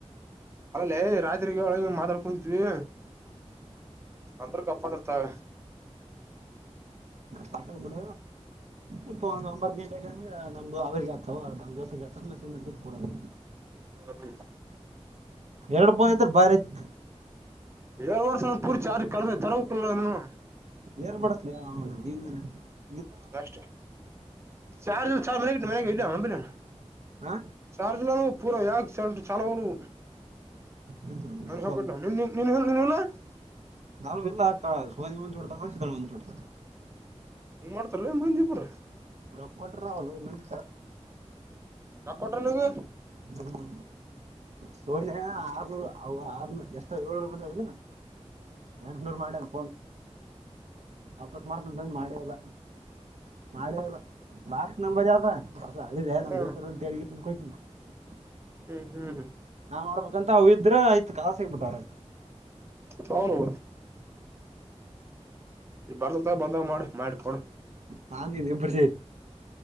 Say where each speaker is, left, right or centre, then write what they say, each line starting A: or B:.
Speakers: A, on the right; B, on the right.
A: ಅಲ್ಲ ಯ ರಾತ್ರಿಗ ಒಳ ಮಾತಾಡ್ ಕುಂತಿದ್ವಿ ಒತ್ರು ಗಪ್ಪ ಇರ್ತಾವ
B: ಪಟ್ಟ ಮಡ ಇಪ್ಪ ಒಂದ ಒಂಬ್ ಗಂಟೆಗೆ ಅಂದ್ರ ನಮ್ದು ಅವ್ರಗ ಆತವ ನಮ್ ದೋಸಗ್ ಆತವ ಮೆಸರು ಮಕ ಕೊಡದ
A: ಹ್ಮ್
B: ಎರಡು ಬಂದ ತ್ರ್ರ ಬಾರಿ ಐತಿ
A: ಏಳ್ ವರ್ಷ ಪೂರ್ತಿ ಯಾರ ಕಳಸ ತರಕ್ಕಲ್ಲನು <unintelligible>
B: ಏರ್ ಬಡಸ್ಲ ಹ ನೀ <unintelligible>
A: ಅಷ್ಟ ಚಾರ್ ಚಾರ್ ಮನೆ ಮನ್ಗೆ ಇಲ್ಲಂಬಲ <unintelligible>
B: ಹಾ
A: ಚಾರ್ಜ್ ಪೂರ ಯಾ ಸಂ ಚಾಲ ಬರು
B: ಹ್ಮ್
A: ಮರ
B: ಹೊಸ
A: ಹಾಕೊಟ್ಟ ನವುನ್ ನೀನ್ ನೀನ್ಲ್ <unintelligible>
B: ನಾ ಎಲ್ಲ ಹಾಕ್ಕ ಸೋನಿ ಒಂದ <unintelligible> ಡ್ತ ಹಸಿದಳ ಒಂದೋಡ್ತ
A: ಹೆಂಗ್ ಮಾಡ್ತಾರ ಮಂದೀಪ್ರ
B: ರಕ್ ಕೊಟ್ಟ ರಾವಲು ಮಂಟ
A: ರೋಖ ಕೊಟ್ರ ನೀವು
B: ಹ್ಮ್ ಸೋನಿಯ ಆರ್ನೂರು ಅ ಆರ್ನೂರು ಎಷ್ಟ ಏಳ್ನೂರು ಬ ಎಂಟನೂರ್ ಮಾಡ ನ್ ವಾಪಸ್ ಮಾಡತ ಬನ್ನ ಮಾಡೇ ಅಲ್ಲ ಮಾಡೇ ಅಲ್ಲ ಬಾರ್ಕ್ಸ್ ನ ಬಜಾವತ ಹೊ ಅಡಿ ನಮ
A: ಹ್ಮ್
B: ದೋಸರಂದು ತಡಿಗೆಷ ಕೊ <unintelligible>
A: ಹ್ಮ್ ಹ್ಮ್ ಹ್ಮ
B: ನಾನ್ ಮಾಡ್ಬೇಕಂತ ಅವ ಇದ್ರ ಐತ್ ಕಲಸ ಹಕ್ಬಿಟ್ಟವ್ರ
A: ಚಲೋ ಈ ಬರ್ದಲ್ತ್ ಬಂದಾಗ ಮಾಡ ಮಾಡಕೊಡ್
B: ನಾ ಇಬ್ರು ಸೇರಿ